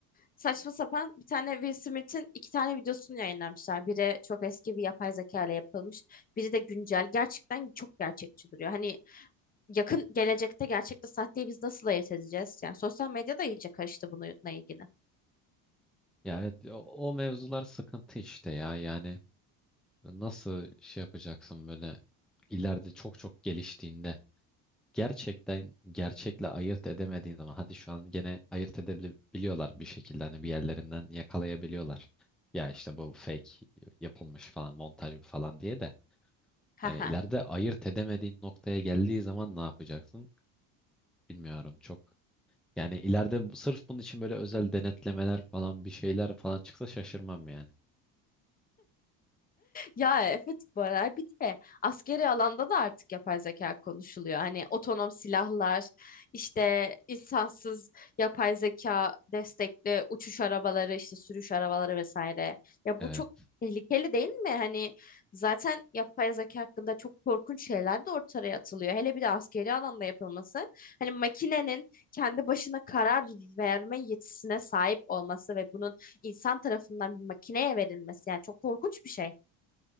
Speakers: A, on the left; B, in the centre.
A: saçma sapan bir tane Will Smith'in iki tane videosunu yayınlamışlar. Biri çok eski bir yapay zeka ile yapılmış. Biri de güncel. Gerçekten çok gerçekçi duruyor. Hani yakın gelecekte gerçekte sahteyi biz nasıl ayırt edeceğiz? Yani sosyal medya da iyice karıştı bununla ilgili.
B: Ya evet o, o mevzular sıkıntı işte ya. Yani nasıl şey yapacaksın böyle ileride çok çok geliştiğinde. gerçekten gerçekle ayırt edemediğin zaman hadi şu an gene ayırt edebiliyorlar bir şekilde hani bir yerlerinden yakalayabiliyorlar. Ya işte bu fake yapılmış falan montaj bu falan diye de
A: <laughs>
B: yani ileride ayırt edemediğin noktaya geldiği zaman ne yapacaksın bilmiyorum çok. Yani ileride bu- sırf bunun için böyle özel denetlemeler falan bir şeyler falan çıksa şaşırmam yani.
A: Ya evet bu aralar bir de askeri alanda da artık yapay zeka konuşuluyor. Hani otonom silahlar, işte insansız yapay zeka destekli uçuş arabaları, işte sürüş arabaları vesaire. Ya
B: Evet.
A: bu çok tehlikeli değil mi? Hani zaten yapay zeka hakkında çok korkunç şeyler de ortaya atılıyor. Hele bir de askeri alanda yapılması. Hani makinenin kendi başına karar verme yetisine sahip olması ve bunun insan tarafından bir makineye verilmesi yani çok korkunç bir şey.